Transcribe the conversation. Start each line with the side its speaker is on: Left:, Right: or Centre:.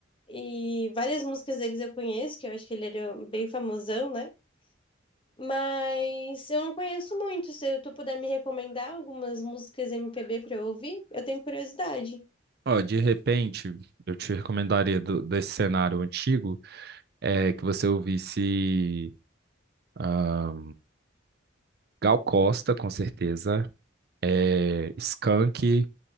Left: e várias músicas deles eu conheço, que eu acho que ele era bem famosão, né? Mas eu não conheço muito. Se tu puder me recomendar algumas músicas MPB pra eu ouvir, eu tenho curiosidade.
Right: Ó, de repente, eu te recomendaria do- desse cenário antigo é, que você ouvisse ah, Gal Costa, com certeza, é, Skank,